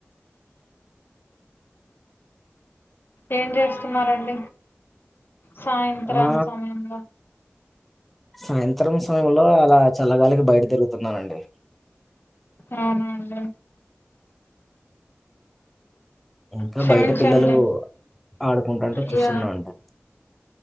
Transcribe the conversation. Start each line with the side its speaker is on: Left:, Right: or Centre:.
Left: ఎంచేస్తున్నారండీ సాయంత్రం
Centre: ఆ
Left: సమయంలో
Centre: సాయంత్రం సమయంలో అలా చల్లగాలికి బయట తిరుగుతున్నానండి
Left: అవునా అండి
Centre: ఇంకా
Left: క్షమించండి
Centre: బయట పిల్లలు ఆడుకుంటుంటే చూస్తున్నానండి
Left: ఇగ